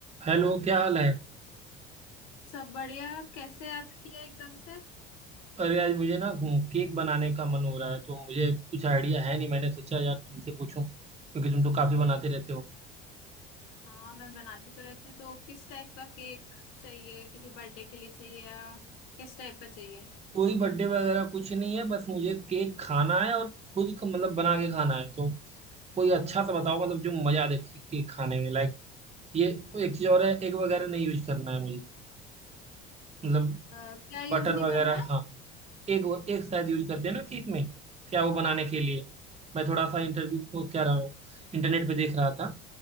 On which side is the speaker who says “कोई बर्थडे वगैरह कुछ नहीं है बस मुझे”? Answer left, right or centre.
Right